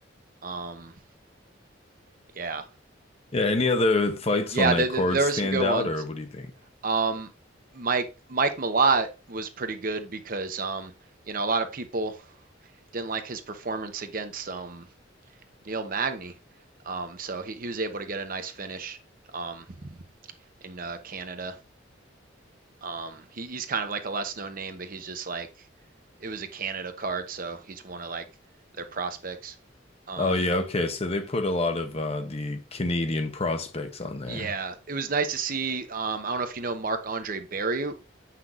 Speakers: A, on the right (about 45°); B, on the left (about 30°).
A: um, yeah,
B: yeah. Any other fights
A: yeah,
B: on that
A: there, there,
B: card
A: there
B: stand
A: were some good
B: out,
A: ones.
B: or what do you think?
A: Um, Mike Mike Malott was pretty good because um, you know, a lot of people didn't like his performance against um Neil Magny. Um, so he, he was able to get a nice finish um in uh, Canada. Um, he, he's kind of like a less known name, but he's just like it was a Canada card, so he's one of like their prospects. Um,
B: Oh yeah, okay. So they put a lot of uh, the Canadian prospects on there.
A: Yeah, it was nice to see. Um, I don't know if you know Marc-Andre Barrieu.